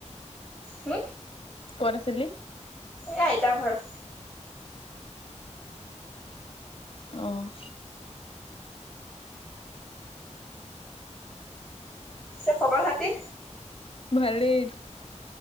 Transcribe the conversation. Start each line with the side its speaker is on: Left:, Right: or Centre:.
Centre: হোম
Left: ক'ত আছিলি?
Centre: এ আইতা ঘৰ।
Left: অ উ <inaudible>
Centre: তোৰ খবৰ-খাতি?
Left: ভালেই